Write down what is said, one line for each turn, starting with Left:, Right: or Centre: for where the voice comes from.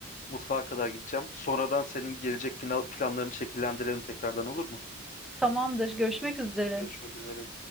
Left: Mutfağa kadar gideceğim. Sonradan senin gelecek plan- planlarını şekillendirelim tekrardan olur mu?
Centre: Tamamdır. Görüşmek üzere.
Left: Görüşmek üzere.